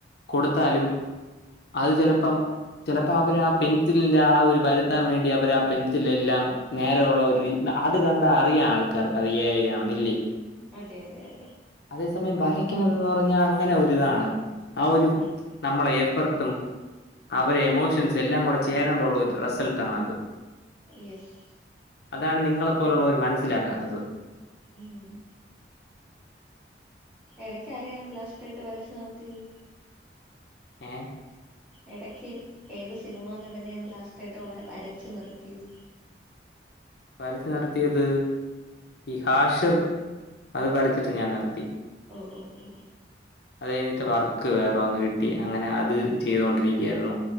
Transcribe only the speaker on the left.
കൊടുത്താലും അത് ചിലപ്പം ചിലപ്പോ അവര് ആ പെൻസിലിന്റെ ആ ഒരു വരുത്താൻ വേണ്ടി അവർ ആ പെൻസിലെല്ലാം നേരെയുള്ള ഒരു <unintelligible> അത് കണ്ട അറിയാം ആൾക്കാർക്ക് അത് എ ഐ ആണെന്നില്ലേ
അതേ സമയം വരയ്ക്കണതെന്ന് പറഞ്ഞാൽ അങ്ങനെ ഒരിതാണ് ആ ഒരു
നമ്മളെ ഏഫർ ട്ടും അവരെ എമോഷൻസ് എല്ലാം കൂടെ ചേരാൻ പോയുള്ള ഒരു റിസൾട്ടണത്
അതാണ് നിങ്ങളെപ്പോലുള്ളവര് മനസ്സിലാക്കാത്തത്
ഏ
വരച്ച് നിർത്തിയത് ഈ ഹാഷിർ അത് വരച്ചിട്ട് ഞാൻ നിർത്തി
അത് കഴിഞ്ഞിട്ട് വർക്ക് വേറെ ഒന്ന് കിട്ടി അങ്ങനെ അത് ചെയ്തുകൊണ്ടിരിക്കയായിരുന്നു